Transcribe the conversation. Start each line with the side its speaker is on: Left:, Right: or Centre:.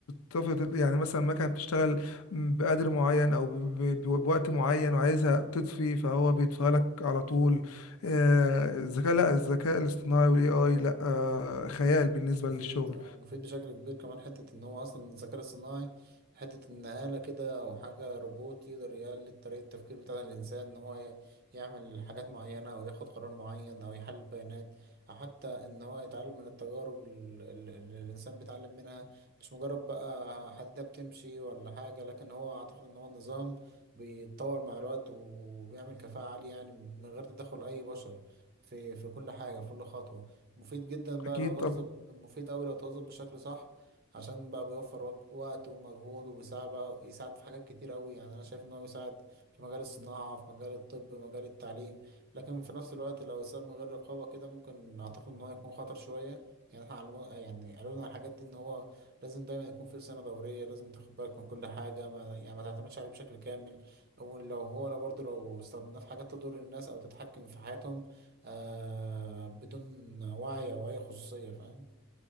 Left: تتفق يعني مثلا مكنة بتشتغل بقدر معين او ب- ب- بوقت معين وعايزها تطفي فهو بيطفيها لك على طول آه، الذكاء لا الذكاء الاصطناعي والاي اي لا آه، خيال بالنسبة
Right: مفيد
Left: للشغل
Right: اه مفيد بشكل كبير كمان حتة ان هو اصلا الذكاء الصناعي حتة ان آلة كده او حاجة روبوت يقدر يقلد طريقة التفكير بتاع الانسان ان هو ي- يعمل حاجات معينة او ياخد قرار معين او يحلل بيانات او حتى ان هو يتعلم من التجارب ال- ال- اللي الانسان بيتعلم منها مش مجرد بقى حديدة بتمشي ولا حاجة لكن هو اعتقد ان هو نظام بيتطور مع الوقت وبيعمل كفاءة عالية يعني من غير تدخل اي بشر في في كل حاجة في كل خطوة مفيد جدا بقى
Left: اكيد
Right: لو توظف
Left: طبعا
Right: مفيد أوي لو توظف بشكل صح عشان بقى بيوفر وج- وقت ومجهود وبيساعد بقى يساعد في حاجات كتير أوي يعني أنا شايف إن هو بيساعد في مجال الصناعة في مجال الطب مجال التعليم لكن في نفس الوقت لو اتساب من غير رقابة كده ممكن أعتقد إن هو يكون خطر شوية يعني احنا علمونا يعني قالوا لنا الحاجات دي إن هو لازم دايما يكون في سنة دورية لازم تاخد بالك من كل حاجة ما يعني ما تعتمدش عليه بشكل كامل ولو هو لو برضه لو استخدمناه في حاجات تضر الناس أو تتحكم في حياتهم آه بدون وعي أو أي خصوصية فاهم